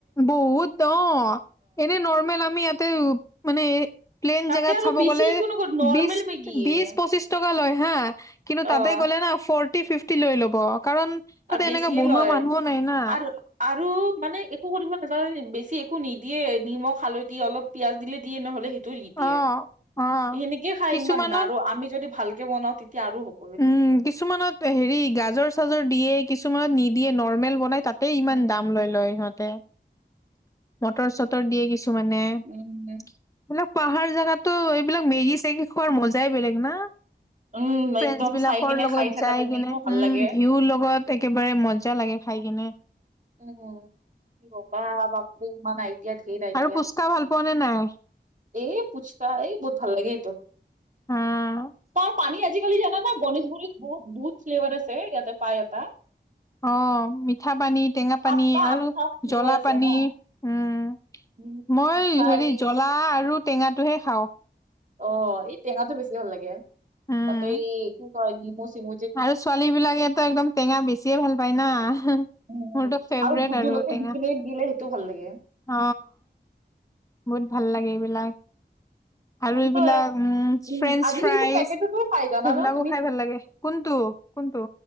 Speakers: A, on the left; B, on the right.
A: বহুত দ এনে নৰ্মেল আমি ইয়াতে মানে প্লেন
B: তাতে
A: জেগাত
B: আৰু
A: চাব
B: বেছি
A: গ'লে
B: একো নকয় নৰ্মেল
A: বিশ
B: মেগীয়ে
A: বিশ পঁচিছ টকা। হা কিন্তু
B: অ
A: তাতে গলে ন ফৰ ফিফটি লৈ ল'ব কাৰণ তাতে
B: আৰু বেছিয়ে
A: এনেকে বনোৱা
B: লয়
A: মানুহো নাই না
B: আৰু-আৰু মানে একো কৰিব নযানে বেছি একো নিদিয়ে নিমখ হালধি অলপ পিয়াজ দিলে দিয়ে নহ'লে সেইটো ত
A: অ অ
B: সেনেকিয়ে খাই
A: কিছুমানত
B: ইমান আৰু আমি যদি ভালকে বনাও তেতিয়া আৰু হ
A: উম কিছুমানত হেৰি গাজৰ চাজৰ দিয়ে কিছুমানত নিদিয়ে নৰ্মেল বনাই তাত তে ইমান
B: উম
A: দাম লৈ লয় ইহঁতে মটৰ চটৰ দিয়ে কিছু মানে এইিলাক
B: উম
A: পাহাৰ জোগাতো এইবিলাক মেগি চেগি খোৱাৰ মজাই বেলেগ। <unintelligible>
B: উম
A: ফ্ৰেণ্ডছ
B: একদম
A: বিলাকৰ
B: চাই কেনে
A: লগত
B: খাই থাকা
A: যাই
B: তুমি
A: কেনে
B: মোৰ ভাল
A: উম
B: লাগে
A: ভিউৰ লগত একেবাৰে মজা লাগে খাই কেনে
B: উম, হব বাপৰে ইমান এতিয়া ধেৰা এতিয়া
A: আৰু পুচকা ভাল পোৱা নে নাই
B: এ পুচকা এই বহুত ভাল লাগে এইটো
A: উম,
B: ত পানী আজিকালি জানা না গনেশগুৰিত বহুত বহুত ফ্লেভাৰ আছে ইয়াতে পায় এটা।
A: অ' মিঠা পানী টেঙা পানী
B: সাতটা
A: আৰু
B: আঠটা ফ্লেভাৰ
A: জলা
B: আছে
A: পানী
B: জানা
A: উম,
B: উম,
A: মই
B: খাই
A: হেৰি জ্বলা আৰু টেঙাটোহে খাওঁ।
B: অ' এই টেঙা টো বেছি ভাল লাগে
A: উম
B: তাতে এই কি কয় নেমু-চেমু।
A: আৰু ছোৱালী বিলাকেতো একদম টেঙা বেছিয়ে ভাল পায় না।
B: উম-উম
A: মোৰতো ফেভৰেট
B: আৰু ভোট জোলকিয়া
A: টেঙা
B: দিলে সেইটো ভাল লাগে।
A: অ, বহুত ভাল লাগে এইবিলাক।
B: এখন
A: আৰু এইবিলাক
B: তো এক-
A: উম, ফ্ৰেঞ্চ
B: আজিকালিতো
A: ফ্ৰাইচ
B: পেকেটতো পাই জানা
A: সেইবিলাকো
B: ন তুমি
A: খাই ভাল লাগে কোনটো? টো কোনটো?